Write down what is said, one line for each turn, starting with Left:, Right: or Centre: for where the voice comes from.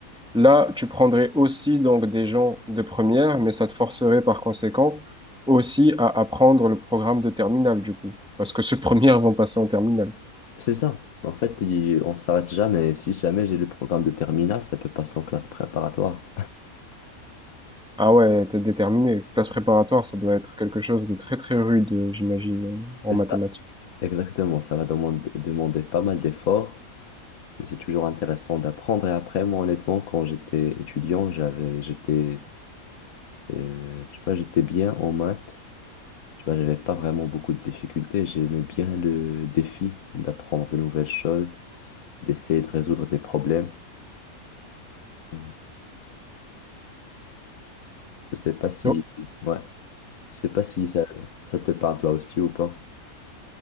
Centre: Là, tu prendrais aussi donc des gens de première, mais ça te forcerait par conséquent aussi à apprendre le programme de terminale du coup, parce que ceux de première vont passer en terminale.
Left: C'est ça. En fait, il- on s'arrête jamais. Si jamais j'ai le programme de terminale, ça peut passer en classe préparatoire.
Centre: Ah ouais, t'es déterminé. Classe préparatoire, ça doit être quelque chose de très très rude, euh, j'imagine, euh, en
Left: C'est
Centre: mathématiques.
Left: ça. Exactement. Ça va demander, demander pas mal d'efforts, mais c'est toujours intéressant d'apprendre. Et après, moi, honnêtement, quand j'étais étudiant, j'avais, j'étais, euh, tu vois, j'étais bien en maths. Tu vois, j'avais pas vraiment beaucoup de difficultés. J'aimais bien le défi d'apprendre de nouvelles choses, d'essayer de résoudre des problèmes. Hmm. Je sais pas si,
Centre: Non.
Left: ouais, je sais pas si ça, ça te parle toi aussi ou pas.